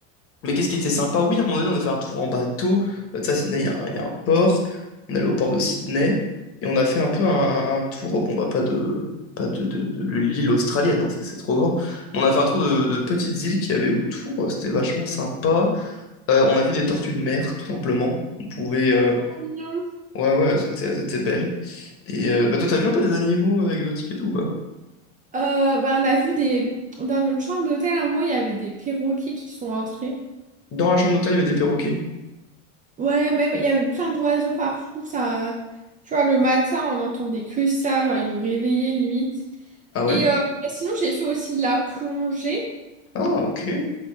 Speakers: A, on the left; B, on the right.
A: mais qu'est-ce qui était sympa? Oui, à un moment donné, on a fait un tour en bateau, Euh, tu sais, à Sydney, il y a un, il y a un port, on est allé au port de Sydney, et on a fait un peu un, un- un tour, bon, bah, pas de, pas de, de, de l'île australienne, hein, c'est c'est trop grand, mais on a fait un tour de, de petites îles qu'il y avait autour, c'était vachement sympa. Euh, on a vu des tortues de mer, tout simplement. On pouvait... euh,
B: mignon.
A: Ouais, ouais, c'était, c'était belle. Et euh, bah, toi, t'as vu un peu des animaux euh, exotiques et tout, bah.
B: Euh, bah, on a vu des... Dans notre chambre d'hôtel, à un moment, il y avait des perroquets qui sont entrés.
A: Dans la chambre d'hôtel, il y avait des perroquets.
B: Ouais, même, il y avait plein d'oiseaux partout. Ça... Tu vois, le matin, on entendait que ça. Genre, ils nous réveillaient, limite.
A: Ah ouais?
B: Et euh, bah, sinon, j'ai fait aussi de la plongée.
A: Ah, ok.